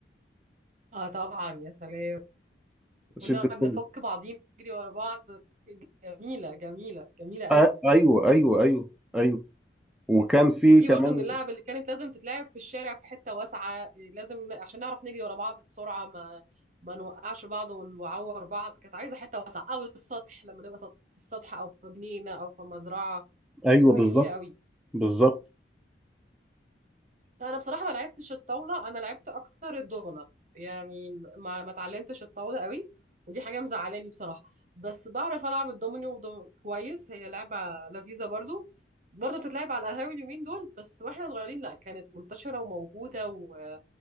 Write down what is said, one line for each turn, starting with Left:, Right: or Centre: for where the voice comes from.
Right: اه طبعا يا سلام
Centre: شد
Right: ونقعد
Centre: الكوبس
Right: نفك بعضين نجري ورا بعض جميله جميله جميله قوي
Centre: آه ايوه ايوه ايوه ايوه وكان في
Right: ودي
Centre: كمان
Right: برضو من اللعب اللي كانت لازم تتلعب في الشارع في حتة واسعة إيه، لازم ن- عشان نعرف نجري ورا بعض بسرعة ما ما نوقعش بعض ونعور بعض كانت عايزة حتة واسعة أو السطح لما نبقى سط- في السطح أو في جنينة أو في مزرعة
Centre: ايوه
Right: تبقى
Centre: بالظبط
Right: جميلة قوي
Centre: بالظبط
Right: انا بصراحه ما لعبتش الطاوله انا لعبت اكتر الدومنه يعني ما ما اتعلمتش الطاوله قوي ودي حاجه مزعلاني بصراحه بس بعرف العب الدومينو ودوم... كويس هي لعبه لذيذه برضو برضو بتتلعب على القهاوي اليومين دول بس واحنا صغيرين لا كانت منتشره وموجوده و...